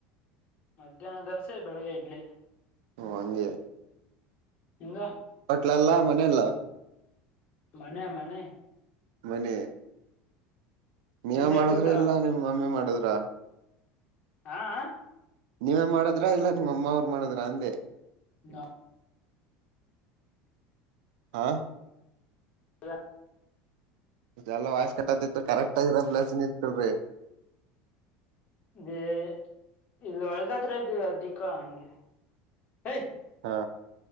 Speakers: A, on the left; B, on the right.
A: ಮಧ್ಯಾಹ್ನ ದೋಸೆ, ಬೆಳಗ್ಗೆ ಇಡ್ಲಿ.
B: ಓ ಹಂಗೆ
A: ನಿಂಗ
B: ಟ್ಲಲ್ಲಾ ಮನೇಲ್ಲ
A: ಮನೆ ಮನೆ
B: ಮನೆ ನೀವ
A: ನಿಂದ
B: ಮಾಡುದ್ರ
A: ಆಯ್ತು ಊಟ
B: ಇಲ್ಲ ನಿಮ್ಮ್ ಮಮ್ಮಿ ಮಾಡುದ್ರ
A: ಆ ಆ
B: ನೀವೇ ಮಾಡುದ್ರ ಇಲ್ಲ ನಿಮ್ಮ ಅಮ್ಮ ಅವ್ರ ಮಾಡದ್ರ ಅಂದೆ
A: ನಾ
B: ಆ
A: ಹ
B: ಎಲ್ಲ ವಯರ್ಸ್ ಕಟ್ಟಾಗ್ತಿತ್ತು ಕರೆಕ್ಟ್ ಆಗಿರೋ ಪ್ಲೇಸ್ಗ್ ನಿಂತಕಳ್ರಿ.
A: ಏ ಇಲ್ಲಿ ಹೊಲ್ದತ್ರ ಇದ್ದಿವಿ ಅದಿಕೊ ಹಂಗೆ ಎಯ್
B: ಹಾ